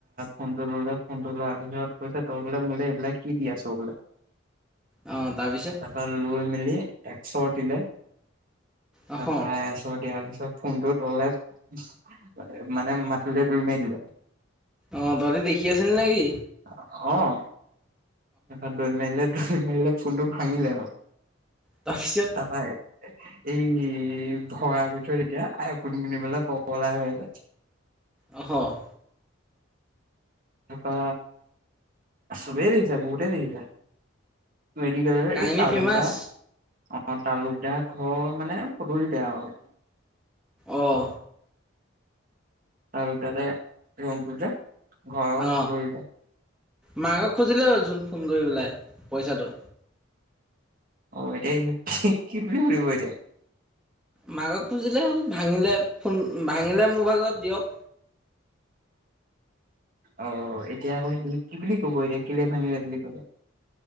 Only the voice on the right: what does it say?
ফোনটো ললে, ফোনটো লোৱাৰ পিছত কৈছে ত‌ই বোলে মোলে এইবিলাক কি দি আছ বোলে?
তাৰপৰা লৈ মেলি একচৰ দিলে
তাৰপা এচৰ দিয়া পিছত তাৰপৰা ফোনটো ললে মানে মাটিলে দলি মাৰি দিলে।
অঁ! তাৰপৰা দলি মাৰি । <unintelligible> মাৰিলে ফোনটো ভাঙিলে ব।
তাৰপা- এই ভগাৰ ভিতৰত এতিয়া আইফোন কিনিবলে পগলা হৈ আছে।
তাৰপা চবেই দেখিছে বহুতে দেখিছে। মেডিকেল এই
তালুক
দা অঁ তালুকদাৰ ঘৰৰ মানে পদূলিতে আৰু।
আৰু তা'তে ৰংপুৰ যে- ঘৰৰ
পদূলিতে।
অঁ এতিয়া কি, কি বুলি সুধিব এতিয়া।
অঁ এতিয়া আকৌ সি কি বুলি ক'ব এতিয়া কেলে ভাঙিলি বুলি কলে?